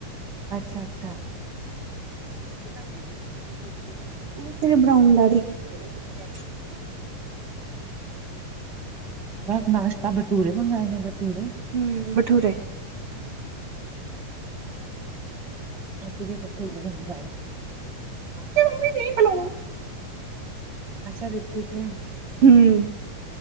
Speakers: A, in the centre; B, on the right.
A: ਅੱਛਾ, ਅੱਛਾ। <unintelligible>
B: ਉਹ ਤੇਰੇ ਬਰਾਉਨ ਦਾੜੀ, ਚਲ ਏ ਚੁੱਪ ਕਰ।
A: ਬਸ ਨਾਸ਼ਤਾ, ਬਟੂਰੇ ਮੰਗਵਾਏ ਨੇ ਬਟੂਰੇ।
B: ਹੂੰ, ਬਠੂਰੇ।
A: ਅਸੀ ਤੇ ਭਟੂਰੇ ਹੀ ਮਂਗਾਏ ਸੀਗੇ
B: ਤੇ ਮੰਮੀ ਦੇਖ ਲੂ
A: ਅੱਛਾ ਰਿਤੀਕ ਏ,
B: ਹੂੰ